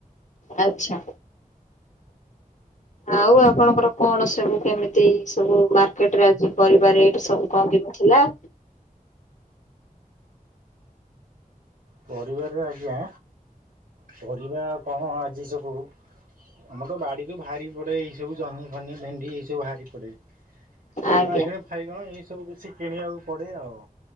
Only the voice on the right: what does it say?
ପରିବାରେ ଆଜ୍ଞା ପରିବା କଣ ଆଜି ସବୁ ଆମର ତ ବାଡିରୁୁ ଭାରି ପଡେ ଏଇ ସବୁ ଜନ୍ହି, ଫନି, ଭେଣ୍ଡି ଏଇ ସବୁ ଭାରି ପଡେ। ଏଇ
ବାଇଗଣ, ଫାଇଗଣ ଏଇ ସବୁ କିଛି କିଣିବାକୁ ପଡେ ଆଉ।